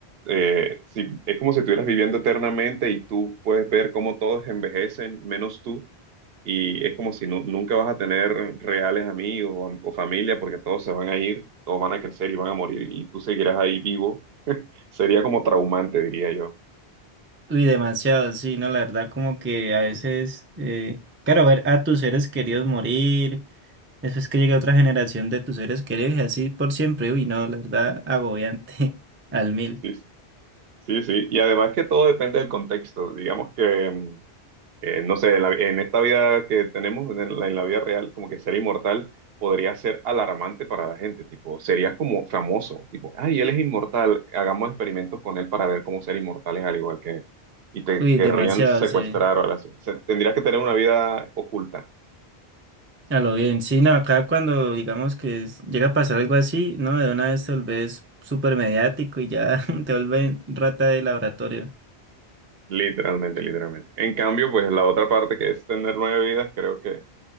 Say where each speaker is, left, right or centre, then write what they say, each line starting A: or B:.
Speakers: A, on the right; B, on the right.
A: eh, si, es como si estuvieras viviendo eternamente y tú puedes ver cómo todos envejecen, menos tú, y es como si nu- nunca vas a tener reales amigos o, am- o familia, porque todos se van a ir, todos van a crecer y van a morir, y tú seguirás ahí vivo. Sería como traumante, diría yo.
B: Uy, demasiado, sí, no, la verdad, como que a veces, eh, claro, ver a tus seres queridos morir. Eso es que llega otra generación de tus seres queridos y así por siempre. Uy, no, la verdad, agobiante <laughs> al mil.
A: Sí, sí, sí. Y además que todo depende del contexto. Digamos que... mm, eh, no sé, la- en esta vida que tenemos, en la, en la vida real, como que ser inmortal podría ser alarmante para la gente, tipo, serías como famoso, tipo, ay, él es inmortal, hagamos experimentos con él para ver cómo ser inmortales al igual que él. Y te
B: Uy,
A: querrían
B: demasiado,
A: secuestrar
B: sí.
A: o algo así. O sea, tendrías que tener una vida oculta,
B: A lo bien. Sí, no, acá cuando digamos que es- llega a pasar algo así, ¿no? De una vez te volvés súper mediático y ya <laughs> te vuelven rata de laboratorio.
A: literalmente, literalmente. En cambio, pues la otra parte que es tener nueve vidas, creo que